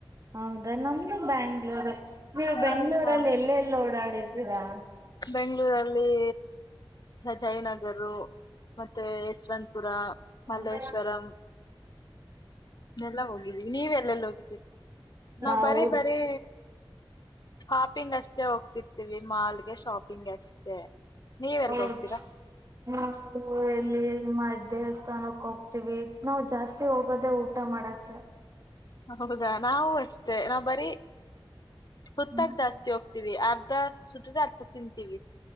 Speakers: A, on the right (about 40°); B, on the left (about 50°).
A: ಹೌದಾ ನಮ್ದು ಬ್ಯಾಂಗ್ಳೂರ್ ನೀವು ಬೆಂಗ್ಳೂರಲ್ಲಿ
B: ಹೌದಾ
A: ಎಲ್ಲ ಎಲ್ಲಿ ಓಡಾಡಿದ್ದೀರಾ
B: ಬೆಂಗಳೂರಲ್ಲಿ ಜಯನಗರು ಮತ್ತೇ ಯಶವಂತಪುರ
A: ಹ
B: ಮಲ್ಲೇಶ್ವರಂ ಎಲ್ಲ ಹೋಗಿದೀವಿ ನೀವ ಎಲ್ಲೆಲ್ಲಿ ಹೋಗಿದ್ದೀರಿ ನಾವ್
A: ನಾವು
B: ಬರೀ ಬರೀ ಶಾಪಿಂಗ್ ಅಷ್ಟೇ ಹೋಗತ ರ್ತೀವಿ ಮಾಲ್ಗೆ ಶಾಪಿಂಗ್ ಅಷ್ಟೇ ನೀವೆಲ್ಗ
A: ಹೌದು
B: ಹೋಗ್ತೀರಾ
A: ನ ನಾವು ಇಲ್ಲಿಮ್ಮ ದೇವಸ್ಥಾನಕ್ಕೆ ಹೋಗ್ತೀವಿ ನಾವು ಜಾಸ್ತಿ ಹೋಗೋದೇ ಊಟ ಮಾಡಕ್ಕೆ
B: ಹೌದಾ ನಾವು ಅಷ್ಟೇ ನಾವ್ ಬರೀ ಹುತ್
A: ಹ್ಮ್
B: ಗ್ ಜಾಸ್ತಿ ಹೋಗ ವಿ ಅರ್ಧ ಸುತ್ತದ ಅರ್ಧ ತಿಂತೀವಿ